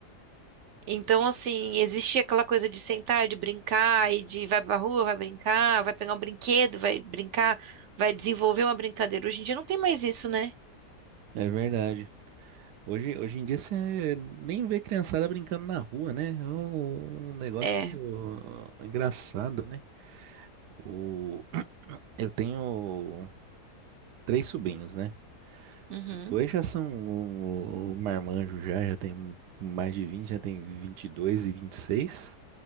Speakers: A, on the right (about 65°); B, on the right (about 85°).
A: Então, assim, existia aquela coisa de sentar, de brincar, e de vai pra rua, vai brincar, vai pegar um brinquedo, vai brincar, vai desenvolver uma brincadeira. Hoje em dia não tem mais isso, né?
B: é verdade. Hoje, hoje em dia você nem vê criançada brincando na rua, né? É um, um negócio
A: É.
B: engraçado, né? O, eu tenho três sobrinhos, né?
A: Uhum,
B: Dois já são o, o marmanjo já, já tem mais de vinte já tem vinte e dois E vinte e e seis